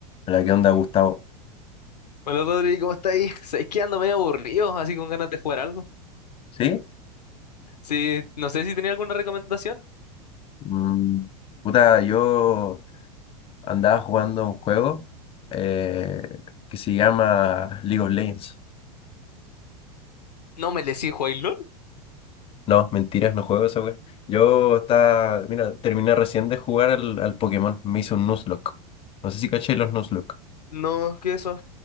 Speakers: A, on the left; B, on the left.
A: Hola, ¿qué onda, Gustavo?
B: Hola Rodri, ¿cómo está ahí? Sabes que ando medio aburrido, así con ganas de jugar algo.
A: ¿Sí?
B: Sí, no sé si tenía alguna recomendación.
A: Mm, puta, yo andaba jugando un juego eh, que se llama League of Legends.
B: No me decís jugáis LOL,
A: No, mentiras, no juego esa wea. Yo estaba, mira, terminé recién de jugar al, al Pokémon, me hizo un Nuzlocke. No sé si caché los Nuzlocke.
B: No, ¿qué es eso?